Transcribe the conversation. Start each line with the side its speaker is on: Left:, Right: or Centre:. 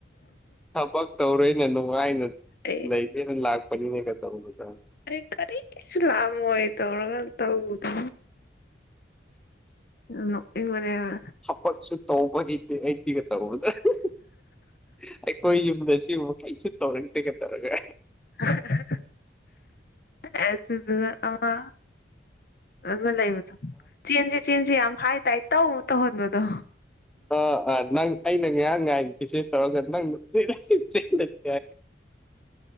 Centre: ꯊꯕꯛ ꯇꯧꯔꯦꯅꯦ ꯅꯨꯡꯉꯥꯏꯅ
Left: ꯑꯩ
Centre: ꯂꯩꯒꯦꯅ ꯂꯥꯛꯄꯅꯤꯅꯦꯒ ꯇꯧꯕꯗꯣ
Left: ꯑꯩ ꯀꯔꯤꯁꯨ ꯂꯥꯛꯑꯃꯣꯏ ꯇꯧꯔꯒ ꯇꯧꯕꯗ ꯅꯣꯛꯅꯤꯡ ꯕꯅꯦꯕ
Centre: ꯊꯥꯕꯠꯁꯨ ꯇꯧꯕ ꯍꯩꯇꯦ ꯑꯩꯗꯤꯒ ꯇꯧꯕꯗꯣ ꯫ ꯍꯣꯏ ꯌꯨꯝꯗ ꯁꯤꯨꯝ ꯃꯈꯩꯁꯨ ꯇꯧꯔꯗꯦꯒꯩ ꯇꯧꯔꯒ꯫
Left: <unintelligible> ꯑꯦ ꯑꯗꯨ ꯑꯗꯨꯅ ꯑꯃ ꯑꯃ ꯂꯩꯕꯗꫭ ꯆꯦꯟꯁꯤ ꯆꯦꯟꯁꯤ ꯌꯥꯝ ꯍꯥꯏꯗꯥꯏ ꯇꯧ ꯇꯧꯍꯟꯕꯗꯣ
Centre: ꯑꯥ ꯑꯥ ꯅꯪ ꯑꯩꯅ ꯉꯍꯥꯡ ꯉꯥꯏꯒꯤꯁꯦ ꯇꯧꯔꯒ ꯅꯪꯅ ꯆꯦꯂꯁꯤ ꯆꯦꯂꯁꯤ꯫